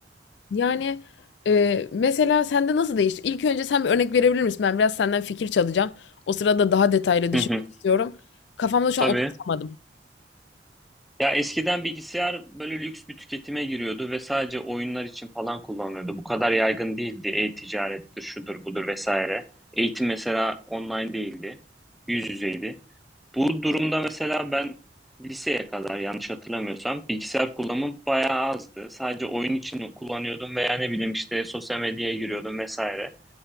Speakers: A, on the left; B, in the centre.
A: Yani e, mesela sende nasıl değişti? İlk önce sen bir örnek verebilir misin? Ben biraz senden fikir çalacağım. O sırada daha detaylı
B: Hı
A: düşünmek
B: hı.
A: istiyorum. Kafamda şu
B: Tabii.
A: an oturtamadım.
B: Ya eskiden bilgisayar böyle lüks bir tüketime giriyordu ve sadece oyunlar için falan kullanılıyordu. Bu kadar yaygın değildi. E-ticarettir, şudur budur vesaire. Eğitim mesela online değildi. Yüz yüzeydi. Bu durumda mesela ben liseye kadar yanlış hatırlamıyorsam bilgisayar kullanımım bayağı azdı. Sadece oyun için kullanıyordum veya ne bileyim işte sosyal medyaya giriyordum vesaire.